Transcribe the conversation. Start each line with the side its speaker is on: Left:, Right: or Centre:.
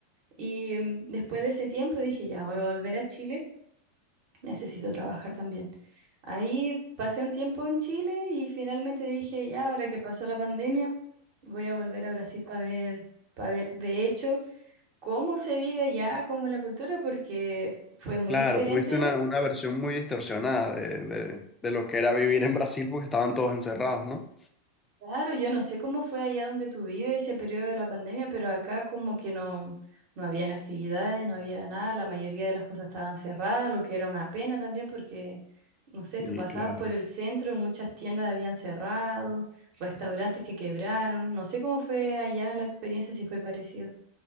Right: y mm, después de ese tiempo dije, ya voy a volver a Chile, necesito trabajar también. Ahí pasé un tiempo en Chile y finalmente dije, ya ahora que pasó la pandemia, voy a volver a Brasil para ver, para ver de hecho cómo se vive allá, cómo es la cultura, porque fue muy
Left: Claro,
Right: diferente
Left: tuviste una, una versión muy distorsionada de, de, de lo que era vivir en Brasil porque estaban todos encerrados, ¿no?
Right: Claro, yo no sé cómo fue allá donde tú vives ese periodo de la pandemia, pero acá como que no, no habían actividades, no había nada, la mayoría de las cosas estaban cerradas, lo que era una pena también porque, no
Left: Sí,
Right: sé, tú pasabas
Left: claro.
Right: por el centro, muchas tiendas habían cerrado, restaurantes que quebraron, no sé cómo fue allá la experiencia, si fue parecido.